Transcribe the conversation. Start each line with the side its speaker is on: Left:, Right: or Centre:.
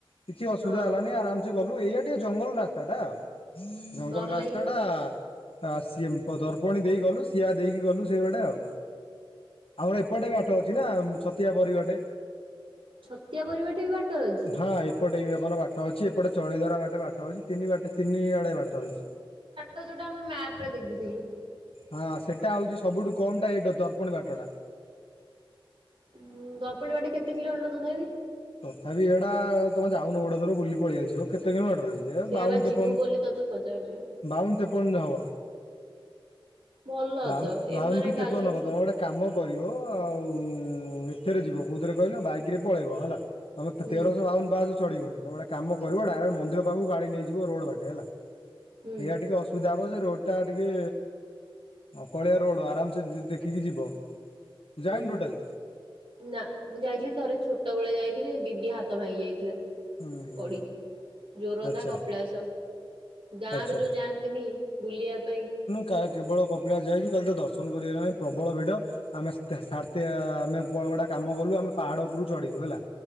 Left: କିଛି ଅସୁବିଧା
Right: ହଁ
Left: ହେଲାନି। ଆରାମ ଯେ ଗଲୁ ଏଇଆ ଟିକେ ଜଙ୍ଗଲ ରାସ୍ତା ଟା ଆଉ। ଜଙ୍ଗଲ
Right: ଡର
Left: ରାସ୍ତା
Right: ଲାଗିବ।
Left: ଟା ଆ, ସିଏମ୍ ପ-ଦର୍ପଣୀ ଦେଇ ଗଲୁ, ସିଆ ଦେଇକି ଗଲୁ ସେଇବାଟେ ଆଉ। ଆମର ଏପଟେ
Right: ଓ ଛତିଆ
Left: ବାଟ ଅଛି ନା ଛତିଆ ବରି ବାଟେ।
Right: ଛତିଆ ବରି ବାଟେ ବି ବାଟ ଅଛି?
Left: ହଁ ଏପଟେ ବି ଆମର ବାଟ ଅଛି ଏପଟେ ଚଡେଇ ଧରା ବାଟେ ବାଟ ଅଛି ତିନି ବାଟ ତିନି ଆଡେ ବାଟ ଅଛି।
Right: ତ ଯୋଉଟା ଆମେ ମ୍ୟାପ ରେ ଦେଖିଥିଲୁ
Left: ହଁ ସେଇଟା ହେଉଛି ସବୁଠୁ କମ ଟା ଏଇଟା ଦର୍ପଣୀ ବାଟଟା।
Right: ଉ ଦର୍ପଣୀ ବାଟ କେତେ କିଲୋମିଟର ତଥାପି।
Left: ତଥାପି ଏଇଟା ତମେ ଯାଉନ ଗୋଟେ ଥର ବୁଲି ପଳେଇ ଆସିବ କେତେ କିଲୋମିଟର କି ଏ
Right: ସେଇଆ
Left: ବାଉନ
Right: ବା
Left: ତେପନ
Right: ଯିବୁ ବୋଲି ତୋତେ ପଚାରୁଛି।
Left: ବାଉନ ତେପନ ହବ
Right: ଭଲ
Left: ବାଉ
Right: ତ ଏମାନେ
Left: ବାଉନ କି ତେପନ
Right: କାଲି
Left: ହବ ତମେ ଗୋଟେ କାମ କରିବ ଆଉ ଏଥିରେ ଯିବ କୋଉଥିରେ କହିଲ ବାଇକ ରେ ପଳେଇବ ହେଲା ତମେ
Right: ହୁଁ
Left: ତେରସହ ବାଉନ ପାହାଚ ଚଢ଼ିବନି ତୁମେ ଗୋଟେ କାମ କରିବ ଡାଇରେକ୍ଟ ମନ୍ଦିର ପାଖକୁ ଗାଡି ନେଇଯିବ ରୋଡ ବାଟେ ହେଲା
Right: ହୁଁ
Left: ଏଇଆ ଟିକେ ଅସୁ ବିଧା ହବ ଯେ ରୋଡ଼ଟା ଟିକେ ଅକଳିଆ ରୋଡ଼ ଆରାମ ସେ ଦେଖିକି ଯିବ। ଯାଇନୁ
Right: ହୁଁ
Left: ଟୋଟାଲି
Right: ନା ମୁଁ ଯାଇଥିଲି ଥରେ ଛୋଟ ବେଳେ ଯାଇଥିଲି ଦିଦି ହାତ ଭାଙ୍ଗି ଯାଇଥିଲା।
Left: ହୁଁ ହୁଁ
Right: ପଡିକି ଜୋରନ୍ଦା
Left: ଆଚ୍ଛା
Right: କପିଳାସ। ଗାଁ
Left: ଆଚ୍ଛା
Right: ରୁ ଯୋଉ ଯାଆନ୍ତିନି ବୁଲିବା ପାଇଁ।
Left: କା କେବଳ କପିଳାସ ଯାଇଛୁ କାଲି ତ ଦର୍ଶନ କରିହେଲା ନାହିଁ ପ୍ରବଳ ଭିଡ଼ ଆମେ ସାର ଟି ଆ ଆମେ ପୁଣି ଗୋଟେ କାମ କଲୁ ଆମେ ପାହାଡ ଉପରୁକୁ ଚଢିଲୁ ହେଲା